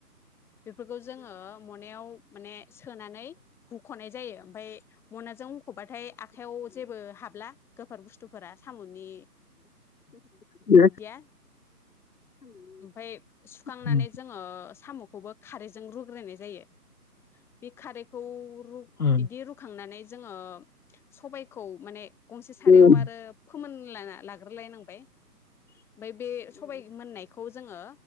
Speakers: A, in the centre; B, on the left.
A: बेफोरखौ जोङो मनायाव माने। सोनानै बुखनाय जायो ओमफ्राय मनाजों मुखबाथाय आखायाव जेबो हाबला गोफार बुस थुफोरा सामुनि
B: माने
A: बेफोरदिया ओमफाय सुखांनानै
B: उम
A: जोङो सामु अबबा खारैजों रुग्रोनाय जायो बे खारैखौ रु
B: उम
A: इदि रुखांनानै जोङो सबाय। खौ माने गंसे सारायाव
B: उम
A: आरो फोमोनलाना लायनांबाय ओमफ्राय बे सबाय मोननायखौ जोङो